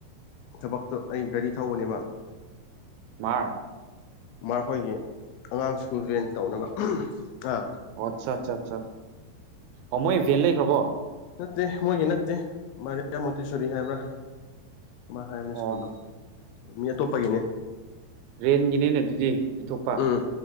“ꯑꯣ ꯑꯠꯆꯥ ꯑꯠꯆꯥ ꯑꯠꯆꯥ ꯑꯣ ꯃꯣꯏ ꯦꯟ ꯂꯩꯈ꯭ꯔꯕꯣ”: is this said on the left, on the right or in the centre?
Right